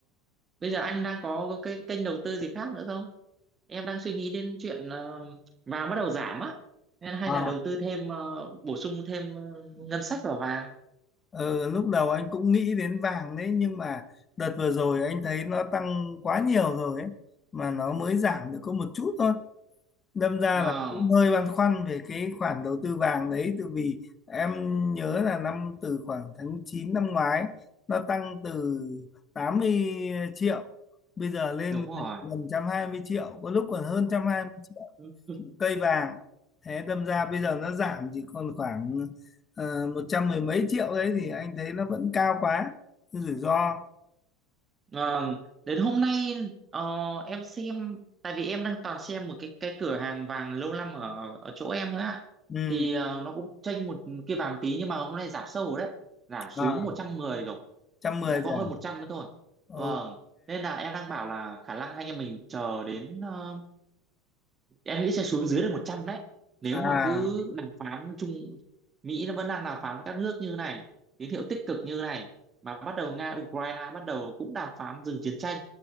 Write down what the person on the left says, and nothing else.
Ờ.
Ờ, lúc đầu anh cũng nghĩ đến vàng đấy nhưng mà đợt vừa rồi anh thấy nó tăng quá nhiều rồi ấy mà nó mới giảm được có một chút thôi đâm ra
là cũng hơi băn khoăn về cái khoản đầu tư vàng đấy tại vì em nhớ là năm từ khoảng tháng 9 năm ngoái nó tăng từ tám mươi triệu bây giờ lên
gần một trăm hai mươi triệu có lúc còn hơn 120 triệu
cây vàng thế đâm ra bây giờ nó giảm chỉ còn khoảng uh, 100 mười mấy triệu đấy thì anh thấy nó vẫn cao quá cái rủi ro
ừ
à
một
trăm
mười rồi
à?
ok
à